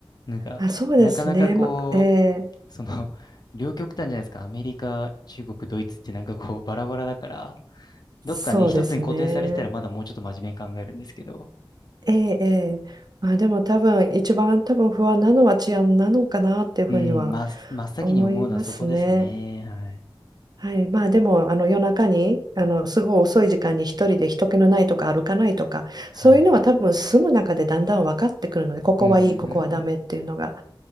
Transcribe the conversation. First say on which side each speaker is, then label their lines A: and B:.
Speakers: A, on the left (about 50°); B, on the right (about 50°).
A: なんか、
B: あ、そうですね、
A: なかなかこ
B: ま、ええ
A: う、その、<laughs> 両極端じゃないですか。アメリカ、中国、ドイツってなんかこう、バラバラだから、どっかね、
B: そうですね。
A: 一つに固定されてたらまだもうちょっと真面目に考えるんですけど。
B: ええ、ええ。まあ、でも多分一番多分不安なのは治安なのかなっていうふうには
A: うん、ま、真っ先に思うのはそこですね。
B: 思いますね。
A: はい。
B: はい、まあでもあの夜中にあのすごい遅い時間に一人で人気のないとか歩かないとかそういうのは多分住む中でだんだん分かってくるのでここはいいここはダメっていうのが
A: はい。うん、うん、うんうん。